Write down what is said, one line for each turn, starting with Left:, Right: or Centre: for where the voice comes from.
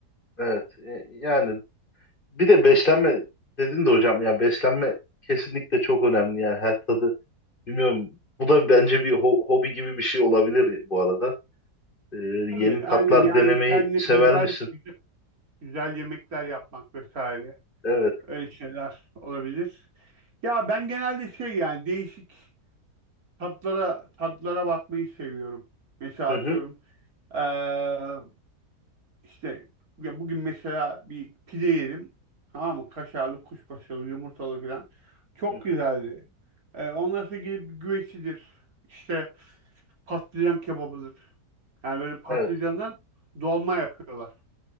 Left: evet. E, Yani Bir de beslenme dedin de hocam ya beslenme kesinlikle çok önemli yani her tadı bilmiyorum bu da bence bir ho- hobi gibi bir şey olabilir bu arada. Ee,
Right: Tabii
Left: yeni tatlar
Right: aynen yani
Left: denemeyi
Right: kendine
Left: sever
Right: güzel
Left: misin?
Right: güzel, güzel yemekler yapmak vesaire
Left: Evet.
Right: öyle şeyler olabilir. Ya ben genelde şey yani değişik Tatlara tatlara bakmayı seviyorum. Mesela
Left: Hı
Right: atıyorum
Left: hı.
Right: eee, işte ya bugün mesela bir pide yedim. Tamam mı? Kaşarlı, kuşbaşılı, yumurtalı falan. Çok
Left: Hı hı.
Right: güzeldi. Eee ondan sonra gidip bir güvecidir. İşte patlıcan kebabıdır. Yani böyle patlıcandan
Left: Evet.
Right: dolma yapıyorlar.